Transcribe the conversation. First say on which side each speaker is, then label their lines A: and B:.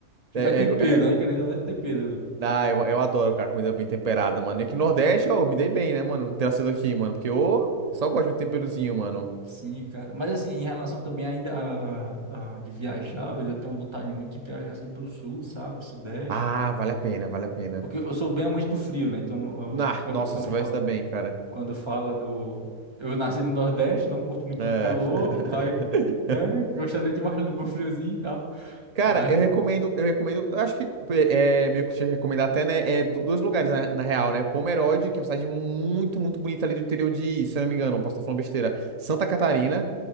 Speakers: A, on the right (about 20°); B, on the right (about 75°).
A: Tipo,
B: É,
A: é tempero,
B: é, é- é,
A: né? Querendo, ou não, é tempero ali.
B: Ah, eu, eu adoro, cara, comida bem temperada, mano. E aqui no Nordeste, eu me dei bem, né, mano? Ter nascido aqui, mano. Porque eu só gosto de um temperozinho, mano.
A: Sim, cara. Mas assim, em relação também ainda a, a- a- de viajar, velho, eu tenho vontade muito de viajar assim pro sul, sabe? Sudeste.
B: Ah, vale a pena, vale a pena.
A: Porque eu sou bem amante do frio, né? Então, eu-
B: Ah,
A: quando,
B: nossa,
A: quando,
B: você
A: fa-
B: vai se dar bem, cara.
A: quando fala do. Eu nasci no Nordeste, não curto muito
B: É.
A: o calor,
B: <laughs>
A: aí, né, gostaria de mais um friozinho e tal.
B: Cara,
A: Mas,
B: eu recomendo, eu recomendo, eu acho que é é meio que te recomendar até, né? É do- dois lugares na, na real, né? Pomerode, que é uma cidade muito, muito bonita ali do interior de, se eu não me engano, posso estar falando besteira, Santa Catarina.